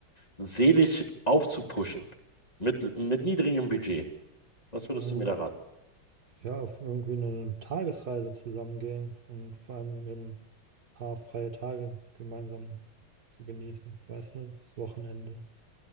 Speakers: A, on the left; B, on the right.
A: seelisch aufzupuschen? Mit, mit niedrigem Budget. Was würdest
B: Ähm,
A: du mir da raten?
B: ja, auf irgendwie eine Tagesreise zusammengehen und vor allem eben ein paar freie Tage gemeinsam zu genießen. Weißt du, das Wochenende.